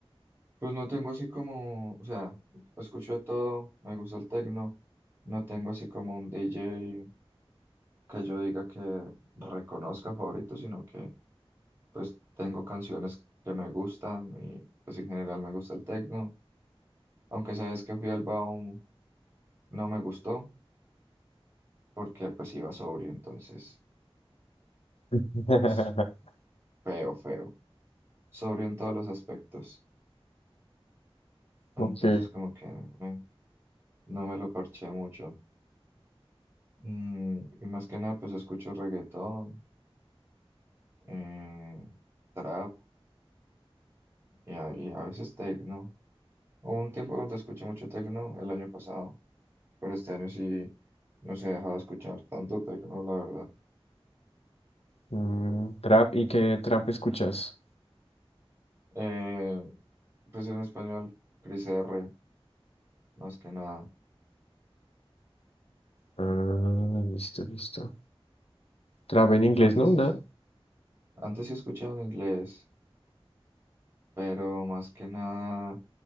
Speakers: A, on the right; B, on the left.
A: Pues no tengo así como, o sea, escucho de todo, me gusta el tecno, no tengo así como un DJ que yo diga que reconozca favorito, sino que pues tengo canciones que me gustan y pues en general me gusta el tecno, aunque sabes que fui al Baum, no me gustó porque pues iba sobrio, entonces
B: <laughs>
A: pues feo, feo, sobrio en todos los aspectos, entonces
B: Ok,
A: como que eh, no me lo parché mucho. Mm, y más que nada pues escucho reggaetón. eh, trap y a, y a veces techno. Hubo un tiempo donde escuché mucho techno el año pasado, pero este año sí no se ha dejado escuchar tanto techno, la verdad.
B: Mm, trap, ¿y qué trap escuchas?
A: Eh, pues en español, Cris R, más que nada.
B: Ah, listo, listo. Trap en inglés,
A: Antes,
B: ¿no?
A: es-
B: Nada.
A: antes sí escuchaba en inglés, pero más que nada